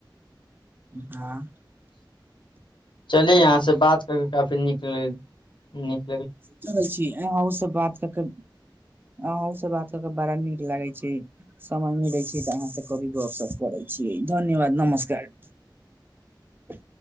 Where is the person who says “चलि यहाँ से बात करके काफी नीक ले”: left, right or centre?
Left